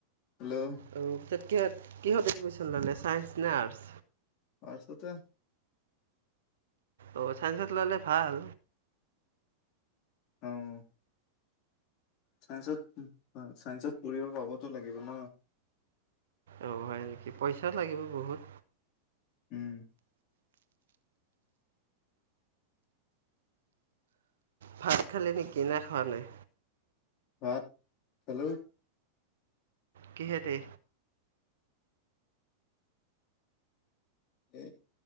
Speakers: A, on the left (about 40°); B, on the right (about 60°).
A: হেল্ল'।
B: অ তাত' কিহত কিহত এডমিশ্যন ল'লে ছায়েন্স নে আৰ্টচ?
A: <unintelligible>
B: অ', ছাইন্সত ল'লে ভাল।
A: অ'। চাইন্সত, উম' অ' চাইন্সত পঢ়িব পাবতো লাগিব ন।
B: অ', হয় নেকি, পইচা লাগিব বহুত।
A: উম।
B: ভাত খালি নিকি, নে খোৱা নাই?
A: ভাত, খালোঁ।
B: কিহেদি?
A: এ